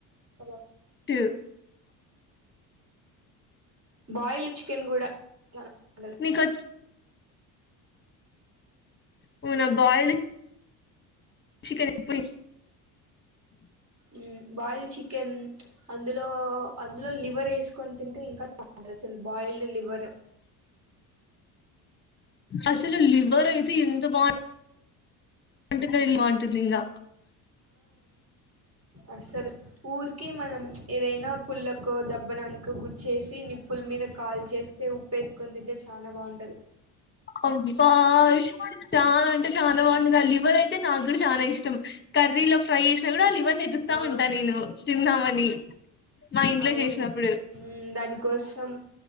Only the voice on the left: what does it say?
టూ
నీ కో నువు నా బాయిల్డ్. Chicken leg piece.
అసలు లివర్ అయితే ఎంత బావు ఉంటుంది ఇల్ బావుంటది ఇంగా.
అబ్బా చాలా అంటే చాలా బాగుంటుంది ఆ లివర్ అయితే నాకు కూడా చాలా ఇష్టం. కాని ఆయిల్ లో ఫ్రై చేసినా కూడా లివర్ని ఎతుకుతా
ఉంటా నేను తిందామని. మా ఇంట్లో
చేసినప్పుడు